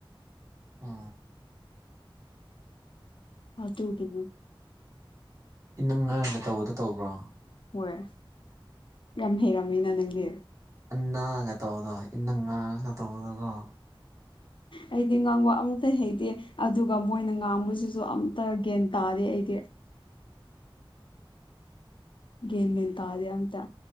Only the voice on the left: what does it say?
ꯑ ꯇꯨꯇꯅꯦ
ꯍꯣꯏ ꯌꯥꯝ ꯍꯩꯔꯝꯃꯤꯅ ꯅꯪꯗꯤ
ꯑꯩꯗꯤ ꯉꯥꯡꯕ ꯑꯃꯇ ꯍꯩꯇꯦ ꯑꯗꯨꯒ ꯃꯣꯏꯅ ꯉꯥꯡꯕꯁꯤꯁꯨ ꯑꯝꯇ ꯒ꯭ꯌꯥꯟ ꯇꯥꯗꯦ ꯑꯩꯗꯤ <inaudible> ꯦꯟꯅ ꯃꯦꯟꯅ ꯇꯥꯗꯦ ꯇ